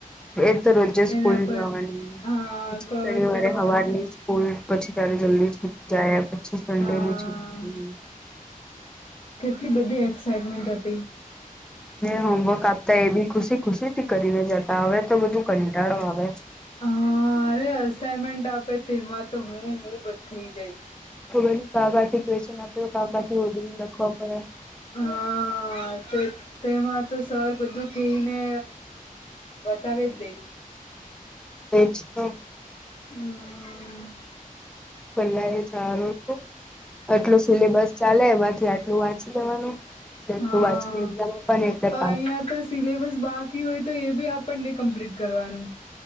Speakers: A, in the centre; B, on the left.
A: એ તો રોજે સ્કૂલ
B: એના પર
A: જવાની
B: હા
A: પછી
B: કવર
A: શનિવારે
B: કરવાનું
A: હવારની કોડ પછી તારે જલ્દી છૂટી જાય પછી સન્ડે
B: હા
A: ની છુટી
B: કેટલી બધી એક્સાઈટમેન્ટ હતી
A: જે હોમવર્ક આપતા એ બી ખુશી ખુશી થી કરીનેે જાત હવે તો બધું કંટાળો આવે
B: અ અરે અસાઈનમેન્ટ આપે તેમાં તો હું હું બધ થઈ જાયશ
A: <unintelligible> ખ બધું કાબાથી વેચન આપે કાબા થી બ બું લખવા પડે
B: હા તે તેમાં તો સર બધું કહીને બતાવે દેય
A: એજ તો
B: હમ
A: પેલા એ સારો આટલો સિલેબસ ચાલે એમાંથી આટલું વાંચી લેવાનું
B: હા
A: વાચી એમાં પણ એક પ
B: અહિયાં
A: <inaudible>
B: તો સિલેબસ બાકી હોય તો એ બી આપણને કમ્પ્લીટ કરવાનું